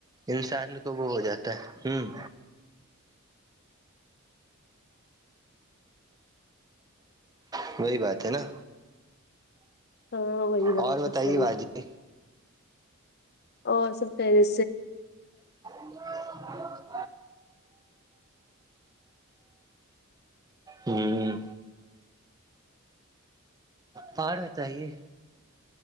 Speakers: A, on the right; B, on the left.
A: انسان کو وہ ہو جاتا ہے ہوں <unintelligible> وہی بات ہے نا
B: ہاں وہی
A: اور
B: بات
A: بتائیے
B: ہے صحیح
A: باجی
B: او سب پیری
A: <unintelligible> ہوں پہاڑ ہوتا ہے